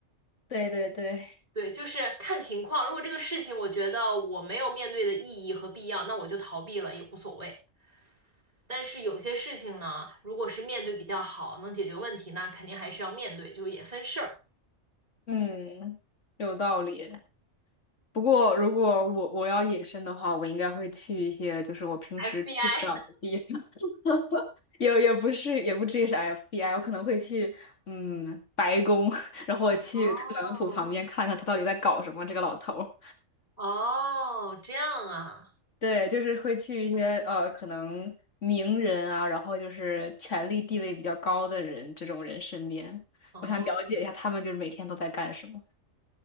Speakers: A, on the left (about 65°); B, on the right (about 30°).
A: 对对对。
B: 对，就是看情况。如果这个事情我觉得我没有面对的意义和必要，那我就逃避了也无所谓。但是有些事情呢，如果是面对比较好，能解决问题，那肯定还是要面对，就也分事儿。
A: 嗯，有道理。不过，如果我我要隐身的话，我应该会去一些就是我平时去不了的地方，
B: FBI，
A: <laughs> 也也不是也不至于是 FBI，我可能会去嗯白宫，<laughs> 然后我去特朗普旁边看看他到底在搞什么，
B: <laughs> 哦
A: 这个老头儿
B: 哦，这样啊，
A: 对，就是会去一些呃可能名人啊，然后就是权力地位比较高的人这种人身边，
B: 哦，
A: 我想了解一下他们就是每天都在干什么。